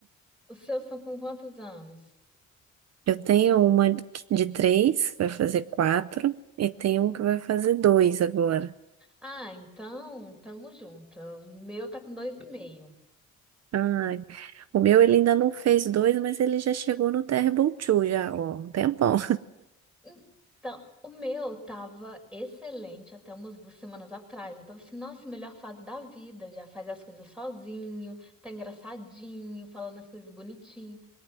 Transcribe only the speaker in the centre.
Os seus estão com quantos anos?
Ah, então, tamo junto. O meu tá com dois e meio.
Então, o meu tava excelente até umas duas semanas atrás. Eu tava assim, nossa, melhor fase da vida. Já faz as coisas sozinho, tá engraçadinho, falando as coisas bonitinho.